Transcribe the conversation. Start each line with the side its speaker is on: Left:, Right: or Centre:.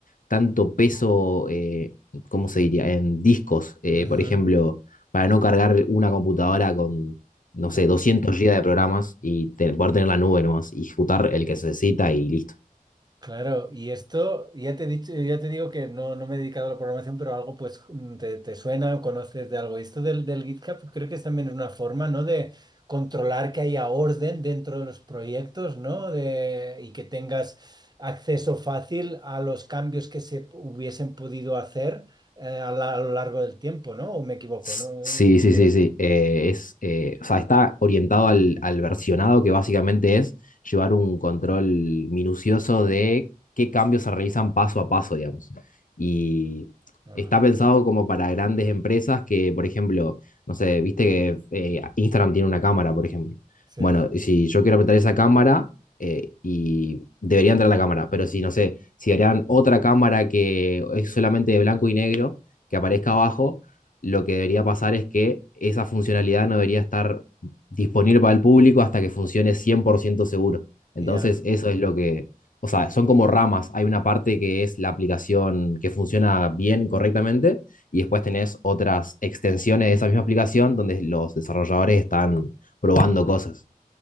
Left: tanto peso, eh, ¿cómo se diría? En discos, eh,
Right: Ujú,
Left: por ejemplo, para no cargar una computadora con, no
Right: claro,
Left: sé, 200 GB de programas y te- poder tener la nube nomás, y ejecutar el que se necesita y listo.
Right: claro. Y esto, ya te he dicho, ya te digo que no, no me he dedicado a la programación, pero algo pues mm, te, te suena o conoces de algo. Y esto del, del GitHub creo que es también una forma, ¿no? De controlar que haya orden dentro de los proyectos, ¿no? De, y que tengas acceso fácil a los cambios que se hubiesen podido hacer eh, a, la- a lo largo del tiempo, ¿no? ¿O me equivoco,
Left: S-
Right: ¿no?
Left: Sí, sí,
Right: Eh,
Left: sí, sí. eh, es, eh, o sea, está orientado al, al versionado, que básicamente es llevar un control minucioso de qué cambios se realizan paso a paso, digamos. Y
Right: era-
Left: está
Right: Ajá,
Left: pensado como para grandes empresas que, por ejemplo, no sé, viste que eh, Instagram tiene una cámara, por ejemplo.
Right: sí,
Left: Bueno, si yo quiero apretar esa cámara, eh, y debería entrar la cámara, pero si, no sé, si harían otra cámara que es solamente de blanco y negro, que aparezca abajo lo que debería pasar es que esa funcionalidad no debería estar disponible para el público hasta que funcione 100% seguro. Entonces,
Right: ya,
Left: eso es lo que, o sea, son como ramas. Hay una parte que es la aplicación que funciona bien, correctamente, y
Right: sí.
Left: después tenés otras extensiones de esa misma aplicación donde los desarrolladores están probando cosas.